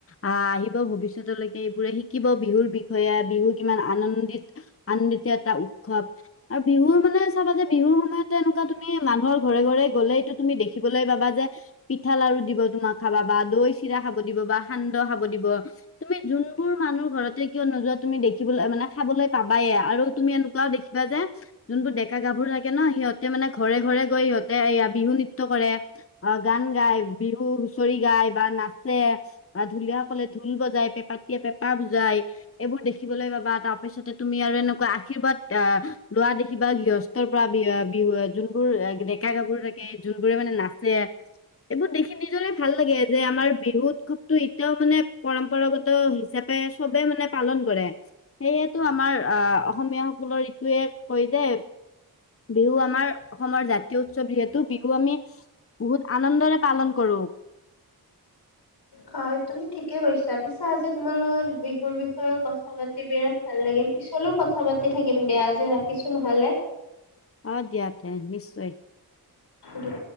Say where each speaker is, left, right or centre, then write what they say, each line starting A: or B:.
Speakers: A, on the left; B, on the left.
A: আহ আহিব ভৱিষ্যতলৈকে এইবোৰে শিক শিকিব বিহুৰ বিষয়ে, বিহু কিমান আনন্দিত আনন্দিত এটা উৎসৱ আৰু বিহুৰ চাবা যে বিহুৰ সময়তো এনেকুৱা তুমি মাঘৰ ঘৰে ঘৰে গ'লেতটো তুমি দেখিবলৈ পাবা যে পিঠা লাৰু দিব তোমাক খাবা বা দৈ চিৰা খাব দিব। বা সান্দহ খাব দিব, তুমি যোনবোৰ মানুহ ঘৰতে কিয় নোযোৱা তুমি দেখ মানে খাব প চাবায়ে আৰু তুমি এনেকুৱাও দেখিবা যে যোনবোৰ ডেকা গাভৰু থাকে ন সিহঁতে মানে ঘৰে ঘৰে সহঁতে বিহু নৃত্যয় কৰে অ' গান গায় বিহু হুঁচৰি গায় বা নাচে বা ধুলীয়া সকলে ধ বজাই পেঁপাীয়ে পেঁপা বুজাই এইবোৰ দেখিবলৈ পাবা তাৰ পিছতে তুমি আৰু এনেকুৱা আশীৰ্বাদ আহ লোৱা দেখি বা গৃহস্থৰ পৰা বি বিহু যোনবোৰ ডেকা থাকে যোনবোৰে মানে নাচে এইবোৰ দেখি নিজৰে ভাল লাগে, যে আমাৰ বিহু উৎসৱতটো এতিয়াও মানে পৰম্পৰাগত হিচাপে চবে মানে পালন কৰে, সেয়েতো আমাৰ আহ অসমীয়া সকলৰ <unintelligible> কয় যে বিহু আমাৰ অসমৰ জাতি উৎসৱ যিহেতু বিহু আমি বহুত আনন্দৰে পালন কৰো।
B: হয় তুমি ঠিকে কৈছা, পিছো আজি তোমাৰ লগত মোৰ বিষয়ে কথা পাতি বিৰাট ভাল লাগিল পিছলৈও কথা পাতি থাকিম দিয়া আজি ৰাখিছো নহলে।
A: অ' দিয়া তে নিশ্চয়।
B: দিয়া